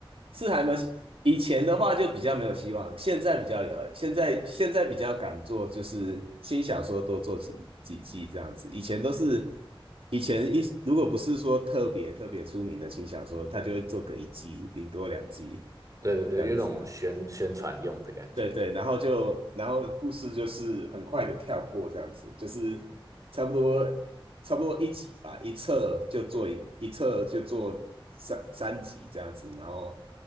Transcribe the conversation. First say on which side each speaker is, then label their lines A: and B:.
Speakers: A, on the right; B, on the right.
A: 是还没有。以前的话就比较没有希望，现在比较有，现在现在比较敢做，就是新小说多做几几季这样子。以前都是以前一如果不是说特别特别出名的新小说，他就会做个一季，顶多两季
B: 对对对，
A: 这样子。
B: 有一种宣宣传用的感觉。
A: 对对，然后就然后故事就是很快的跳过这样子，就是差不多差不多一集吧，一册就做一一册就做三三集这样子，然后